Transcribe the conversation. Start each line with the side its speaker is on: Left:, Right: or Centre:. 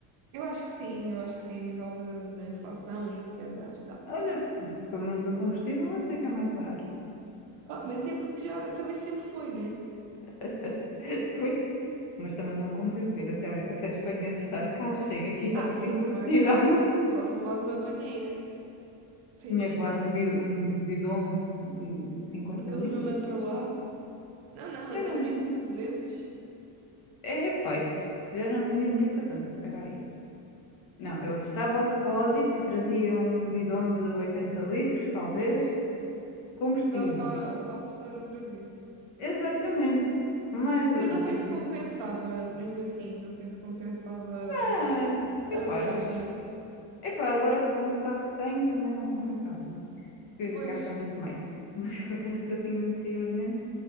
Right: Eu acho que sim, eu acho que sim, a nível de, da inflação e etc. Acho que está pior.
Left: Olha, pelo menos o combustível eu sei que é mais barato.
Right: Ah, mas é porque já também sempre foi, né?
Left: <laughs> Pois, mas também não me compensa ir até, até a Espanha testar o carro. Chega aqui e já
Right: Ah,
Left: não
Right: sim,
Left: tem combustível.
Right: claro que não. Só se levares uma banheira
Left: <laughs>
Right: para
Left: Tinha
Right: encher.
Left: que levar um, bi- um bidon de 50
Right: Aqueles
Left: litros.
Right: mesmo atrolado. Não, não, aqueles
Left: Era um...
Right: mesmo de duzentos.
Left: É, pá, isso- eu não tinha dinheiro para tanto. Espera aí. Não, eu estava ao depósito e trazia um bidão de 80 litros, talvez, combustível.
Right: Sempre dava para, para testar outra vez.
Left: Exatamente. Mais
Right: Mas
Left: do,
Right: eu não
Left: mais
Right: sei se
Left: do.
Right: compensava, mesmo assim, não sei se compensava
Left: Ah, capaz.
Right: a viagem.
Left: Epá, agora com o carro que tenho também não compensava, né? Porque
Right: Pois,
Left: gasta muito mais. <laughs> Mas com o carro que eu tinha anteriormente